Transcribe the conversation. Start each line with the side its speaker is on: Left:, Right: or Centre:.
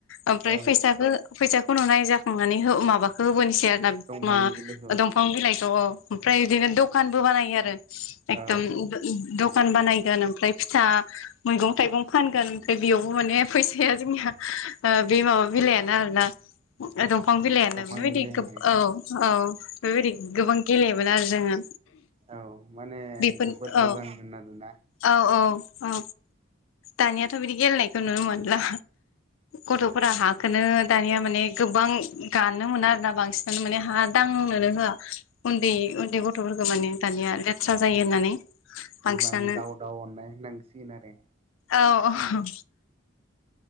Left: ओमफ्राय
Right: औ
Left: फैसाखो फैसाखौ नुनाय जाखांनानै हो माबाखौ होबोनोसै आरोना
Right: दंफांनि
Left: मा
Right: बिलाइखौ
Left: दं दफां बिलाइखौ ओमफ्राय बिदिनो दखानबो बानायो आरो एकदम
Right: औ
Left: दखान बानायगोन ओमफ्राय फिसा मैगं थाइगं फानगोन ओमफ्राय बेयावबो माने फैसाया जोंनिया बे माबा बिलइानो आरोना दफां बिलाइनो
Right: दंफांनि
Left: बेबायदि
Right: बिलाइ होनो
Left: गो औ औ बेबायदि गोबां गेलेयोमोन आरो जोङो।
Right: औ माने
Left: बेफोर
Right: जोबोद
Left: औ
Right: मोजांमोन आरोना
Left: औ औ औ दानियाथ बिदि गेलेनायखौ नुनो मोनला गथफोरा हखौनो दानिया माने गोबां गाननो मोना आरोना बांसिन माने हा दांनोनो
Right: नंगौ
Left: होआ उन्दै उन्दै गथ'फोरखौ माने दानिया लेथ थ्रा जायो होननानै बांसिनानो
Right: बिमानि दाव दाव अननाय होननांसिगोन आरो
Left: औ औ